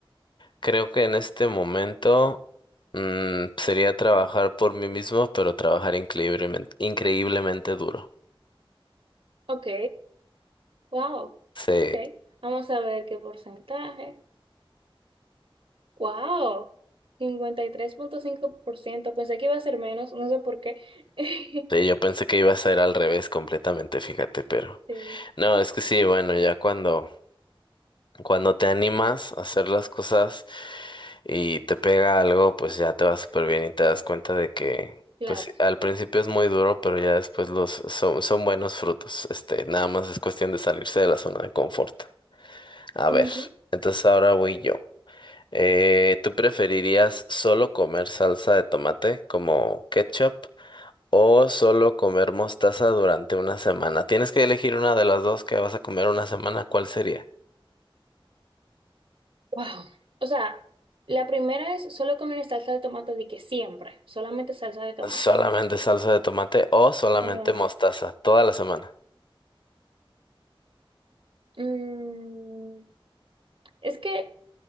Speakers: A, on the left (about 55°); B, on the right (about 70°).
A: creo que en este momento mm, sería trabajar por mí mismo, pero trabajar increíblemente, increíblemente duro.
B: Ok, wow.
A: Sí,
B: Ok, vamos a ver qué porcentaje. Wow, cincuenta y tres punto cinco por ciento Pensé que iba a ser menos, no sé por qué. <laughs>
A: sí, yo pensé que iba a ser al revés completamente, fíjate, pero
B: Sí,
A: no, es que sí, bueno, ya cuando... Cuando te animas a hacer las cosas y te pega algo, pues ya te va súper bien y te das cuenta de que,
B: claro.
A: pues sí, al principio es muy duro, pero ya después los son, son buenos frutos. Este, nada más es cuestión de salirse de la zona de confort. A
B: Ujú.
A: ver, entonces ahora voy yo. Eh, ¿tú preferirías solo comer salsa de tomate como ketchup o solo comer mostaza durante una semana? Tienes que elegir una de las dos que vas a comer una semana, ¿cuál sería?
B: Wow. O sea, la primera es solo comer salsa de tomate de que siempre, solamente salsa de tomate.
A: Solamente salsa de tomate o solamente
B: Oh, no.
A: mostaza, toda la semana.
B: Mm, es que,